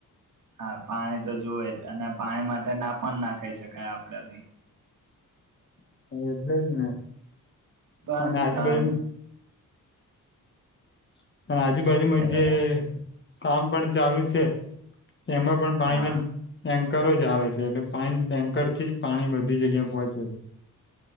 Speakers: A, on the right; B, on the left.
A: હા પાણી તો જોવે જ અને પાણી માટે ના પણ ના કહી શકાય આપડેથી-
B: જ એટલે જ ને
A: બાંધતા
B: અને આજુબાજુ <inaudible> પણ આજુબાજુમાં
A: કેતા
B: જે
A: હતા
B: કામ પણ ચાલુ છે એમાં પણ પાણી
A: હા
B: દરોજ આવે છે એટલે પાણી ટેન્કરથી જ પાણી બધી જગ્યા પહોંચે છે.